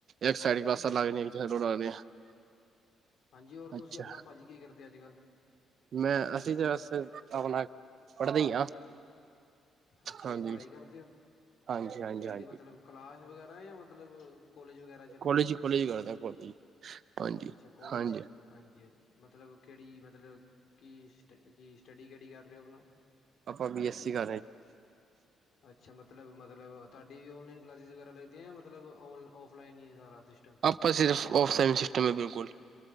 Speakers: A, on the right (about 60°); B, on the left (about 65°).
A: ਇੱਕ ਸਾਈਡ ਕਲਾਸ ਲੱਗ
B: ਹਾਂਜੀ
A: ਇੱਕ ਸਾਈਡ ਲਗ
B: ਹਾਂਜੀ ਹੋਰ ਤੁਸੀਂ
A: ਅੱਛਾ।
B: ਆਪਣਾ ਭਾਜੀ ਕੀ ਕਰਦੇ ਅੱਜ ਕੱਲ੍ਹ
A: ਮੈਂ ਅਸੀਂ ਤੇ ਬਸ ਆਪਣਾ ਪੜ੍ਹਦੇ ਹੀ ਹਾਂ।
B: ਅੱਛਾ
A: ਹਾਂਜੀ,
B: ਜੀ ।ਪੜ੍ਹਾਈ ਕਰ
A: ਹਾਂਜੀ, ਹਾਂਜੀ,
B: ਕਿਹੜੀ
A: ਹਾਂਜੀ
B: ਮਤਲਬ ਕਲਾਸ਼ ਵਗੈਰਾ ਦ। <unintelligible> ਮਤਲਬ ਕੋਲੇਜ ਵਗੈ। ਚ
A: ਕੋਲੇਜ
B: ਆਪਣੀ,
A: ਹੀ ਕੋਲੇਜ ਕਰਦਾ ਕੋਲੇਜ ਹਾਂਜੀ,
B: ਅੱਛਾ
A: ਹਾਂਜੀ,
B: ਕੋਲੇਜ,
A: ਹਾਂਜੀ,
B: ਹਾਂਜੀ -ਹਾਂਜੀ ਮਤਲਬ ਕਿਹੜੀ ਮਤਲਬ ਕੀ ਸਟ ਕੀ ਸਟੱਡੀ ਕਿਡੀ ਕਰ ਰਹੇ ਹੋ। ਆਪਣਾ
A: ਆਪਾਂ ਬੀ ਐੱਸ ਸੀਗਾ।
B: ਅੱਛਾ। ਮਤਲਬ- ਮਤਲਬ ਤੁਹਾਡੇ ਵੀ ਔਨਲਾਈਨ ਕਲਾਸਿਸ ਵਗੈ ਲੱਗਦੀਆਂ। ਮਤਲਬ ਔਲਾ ਔਫਲਾਈਨ ਹੀ ਹੈ। ਸਾਰਾ ਕੁਛ
A: ਆਪਾਂ ਸਿਰਫ ਔਫਲਾਈਨ ਸਿਸਟਮ ਹੈ। ਬਿਲਕੁਲ